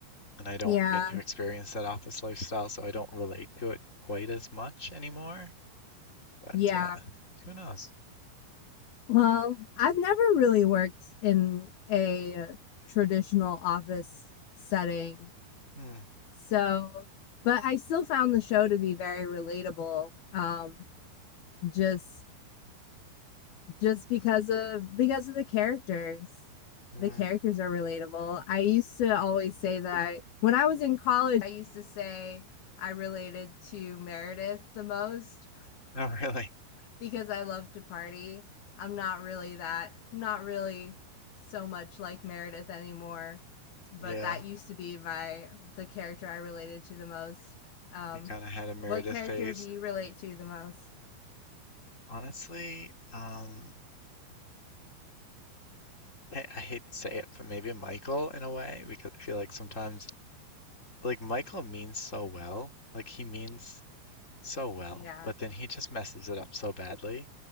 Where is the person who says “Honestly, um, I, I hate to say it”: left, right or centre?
Left